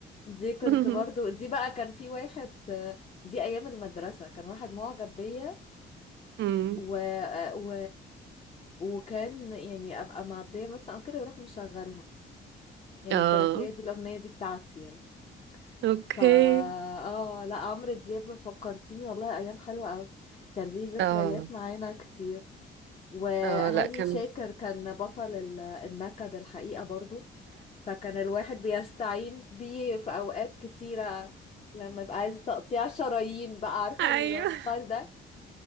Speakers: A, on the left; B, on the right.
A: دي كنت
B: <laughs>
A: برضو دي بقى كان في واحد آه، دي أيام المدرسة كان واحد معجب بيا
B: امم
A: و... آه، و... وكان يعني أبقى معدية مثلا أو كده يروح مشغلها يعني
B: اه
A: كانت هي دي الأغنية دي بتاعتي يعني
B: اوكي
A: فا اه لا عمرو دياب فكرتيني والله ايام حلوه قوي كان ليه ذكريات
B: اه
A: معانا كتير وهاني
B: اه لا كان
A: شاكر كان بطل ال- النكد الحقيقه برضو فكان الواحد بيستعين بيه في اوقات كتيره لما يبقى عايز تقطيع شرايين بقى عارفه
B: ايوه
A: الستايل ده